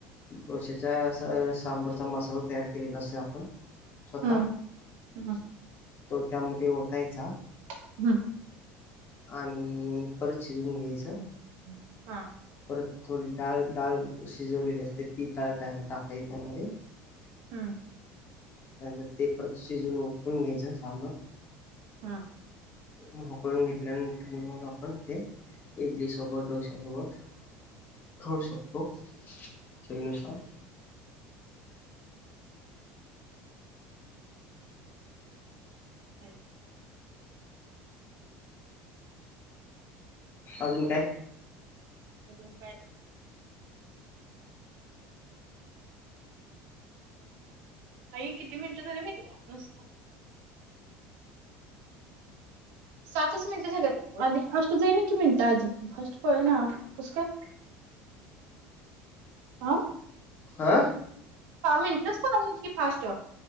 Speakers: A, on the left; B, on the right.
A: तोशच्या सांबरचा मसाला तयार केलेला असत. आपण स्वतः
B: हं, हं,
A: तो त्यामध्ये होतायचा.
B: हम्.
A: आणि परत शिजवून घ्यायचं.
B: हं, हां,
A: परत थोडी डाळ डाळ शिजवलेली असते ती डाळ टाकाय त्यामध्ये.
B: हं,
A: त्यानंतर ते परत शिजून उकळून घ्यायचं सांबर.
B: हा.
A: मोकळून घेतल्यानंतर मग आपण ते इडली सोबत डोश्यासोबत. शिक्खा शकतो सवीन सार.
B: ह.
A: अजून काय.
B: अ का. अई किती मिनिटं झाले मी त घ्या नुसत. सातच मिनिटं झाल्यात. आधी फर्स्ट जाईना की मिनत आज फर्स्ट प ना कुस काय. <inaudible> आं.
A: हा.
B: का् इंटरेस्टतकी फास्ट.